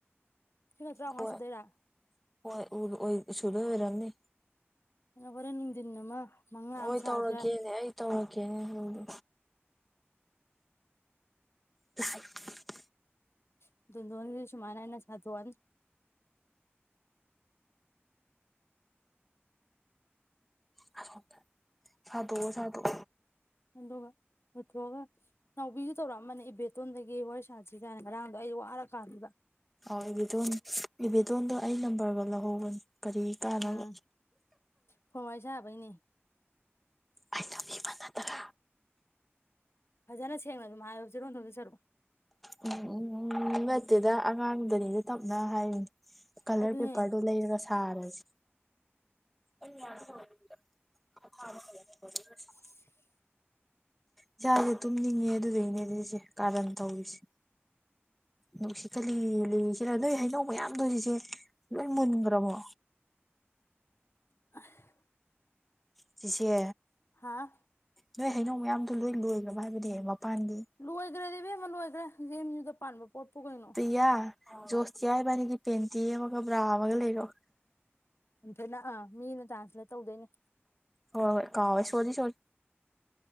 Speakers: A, on the left; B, in the centre.
A: ꯁꯤꯒ ꯇꯔꯥꯉꯥꯎ
B: ꯍꯣꯏ
A: ꯁꯨꯨꯗꯣꯏꯔꯥ
B: ꯍꯣꯏ <unintelligible> ꯁꯨꯗꯣꯏ ꯑꯣꯏꯔꯝꯅꯤ
A: ꯑ ꯍꯣꯔꯦꯟ ꯅꯨꯡꯊꯤꯟ ꯑꯃ ꯃꯉꯥ
B: ꯍꯣꯏ
A: ꯑꯃ ꯁꯥꯔꯁꯨ
B: ꯇꯧꯔꯛꯀꯦꯅꯦ
A: ꯌꯥꯏ
B: ꯑꯩ ꯇꯧꯔꯛꯀꯦꯅꯦ ꯍꯥꯏꯕꯗꯣ ꯥ <unintelligible>
A: <unintelligible> ꯁꯨꯃꯅꯥꯏꯅ ꯑꯩꯅ ꯁꯥꯗꯣꯛꯑꯅꯤ
B: <unintelligible> ꯁꯥꯗꯣꯛꯑꯣ ꯁꯥꯗꯣꯛꯑꯣ
A: ꯑꯗꯨꯒ ꯂꯣꯏꯊꯣꯛꯑꯒ ꯅꯥꯎꯕꯤꯁꯨ ꯇꯧꯔꯛꯑꯝꯅꯦ ꯏꯕꯦꯇꯣꯟꯗꯒꯤ ꯋꯥꯔꯤ ꯁꯥꯠꯁꯤ ꯀꯥꯏꯅ ꯉꯔꯥꯡꯗꯣ ꯑꯩ ꯋꯥꯔ ꯀꯥꯟꯗꯨꯗ
B: ꯑꯣ ꯏꯕꯦꯗꯣꯟ ꯏꯕꯦꯗꯣꯟꯗꯣ ꯑꯩ ꯅꯝꯕꯔꯒ ꯂꯧꯍꯧꯕꯅꯤ ꯀꯔꯤ ꯀꯥꯟꯅꯕ
A: ꯑꯥ ꯐꯣꯟ ꯋꯥꯔꯤ ꯁꯥꯟꯅꯕꯩꯅꯦ
B: ꯑꯩ ꯅꯝꯕꯤꯕ ꯅꯠꯇ꯭ꯔꯥ
A: ꯐꯖꯅ ꯁꯦꯡꯅ ꯑꯗꯨꯝ ꯍꯥꯏꯌꯣ ꯆꯤꯔꯣꯟ ꯇꯧꯗꯧ ꯁꯔꯨꯛ
B: ꯎꯝ ꯎꯝ ꯎ ꯅꯠꯇꯦꯗ ꯑꯉꯥꯡꯗꯅꯤꯗ ꯇꯞꯅ ꯍꯥꯏꯔꯤꯅꯦ ꯀꯂꯔ
A: ꯑꯗꯨꯅꯦ
B: ꯄꯦꯄꯔ ꯗꯣ ꯂꯩꯔꯒ ꯊꯥꯔꯖꯦ <unintelligible>
A: <inaudible>
B: ꯏꯁꯥꯁꯦ ꯇꯨꯝꯅꯤꯡꯉꯦ ꯑꯗꯨꯗꯨꯏꯅꯦ ꯁꯤꯁꯦ ꯀꯥꯔꯟ ꯇꯧꯔꯤꯁꯦ ꯅꯨꯡꯁꯤꯠꯀ ꯂꯤ ꯂꯤꯔꯤ ꯁꯤꯠꯂ ꯅꯣꯏ ꯍꯩꯅꯧ ꯃꯌꯥꯝꯗꯣꯔꯤꯁꯦ ꯂꯣꯏ ꯃꯨꯟꯈ꯭ꯔꯕꯣ
A: <unintelligible>
B: ꯁꯤꯁꯦ
A: ꯍꯥꯥ
B: ꯅꯣꯏ ꯍꯩꯅꯧ ꯃꯌꯥꯝꯗꯣ ꯂꯣꯏ ꯂꯣꯏꯈ꯭ꯔꯕ ꯍꯥꯏꯕꯗꯤ ꯃꯄꯥꯟꯒꯤ
A: ꯂꯣꯏꯈ꯭ꯔꯦ ꯏꯕꯦꯝꯃ ꯂꯣꯏꯈ꯭ꯔꯦ ꯌꯦꯦꯝ ꯌꯨꯗ ꯄꯥꯟꯕ ꯄꯣꯠꯄꯨ ꯀꯩꯅꯣ
B: ꯄ꯭ꯔꯤꯌꯥ ꯖꯣꯁꯇꯤꯌꯥ ꯍꯥꯏꯕꯥꯅꯤꯒꯤ ꯄꯦꯟꯇꯤ ꯑꯃꯒ ꯕ꯭ꯔꯥ ꯑꯃꯒ ꯂꯩꯔꯣ
A: ꯏꯊꯅ ꯑꯥ ꯃꯤꯅ ꯇ꯭ꯔꯥꯟꯁꯂꯦꯠ ꯇꯧꯗꯣꯏꯅꯦ
B: ꯍꯣꯏ ꯍꯣꯏ ꯀꯥꯎꯦ ꯁꯣꯔꯤ ꯁꯣꯔꯤ